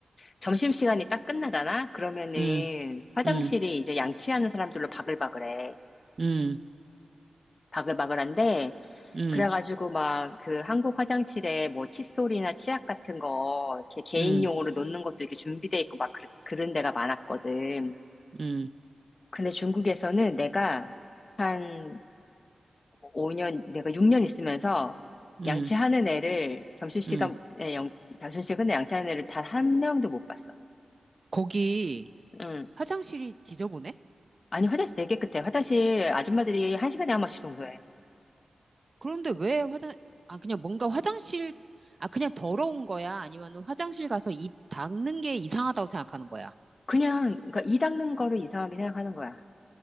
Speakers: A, on the left; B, on the right.
A: 점심시간이 딱 끝나잖아? 그러면은
B: 음,
A: 화장실이
B: 음,
A: 이제 양치하는 사람들로 바글바글해.
B: 음,
A: 바글바글한데,
B: 음,
A: 그래가지고 막 그 한국 화장실에 뭐 칫솔이나 치약 같은 거 이렇게 개인용으로
B: 음,
A: 놓는 것도 이렇게 준비돼 있고 막 그, 그런 데가 많았거든.
B: 음,
A: 근데 중국에서는 내가 한 5년, 내가 6년 있으면서
B: 음,
A: 양치하는 애를 점심시간에
B: 음.
A: 영, 점심시간에 양치하는 애를 단 한 명도 못 봤어.
B: 거기
A: 응.
B: 화장실이 지저분해?
A: 아니 화장실 되게 깨끗해. 화장실 아줌마들이 한 시간에 한 번씩 청소해.
B: 그런데 왜 화장, 아, 그냥 뭔가 화장실, 아, 그냥 더러운 거야? 아니면 화장실 가서 이 닦는 게 이상하다고 생각하는 거야?
A: 그냥 그니까이 닦는 거를 이상하게 생각하는 거야.